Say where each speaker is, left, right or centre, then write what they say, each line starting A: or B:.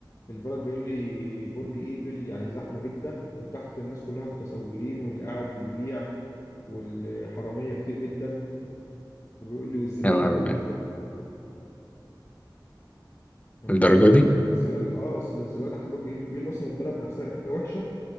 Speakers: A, on the left; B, on the left.
A: البلد بيقول لي برج ايفل يعني زحمه جدا وتحت الناس كلها متسولين واللي قاعد بيبيع والحراميه كتير جدا وبيقول لي والزباله
B: يا نهار
A: مرميه
B: أبيض.
A: تحته يعني
B: الدرجه
A: متخيل
B: دي
A: الزباله تحت اه الزباله تحت برج ايفل بيقول لي اصلا البلد نفسها ريحتها وحشه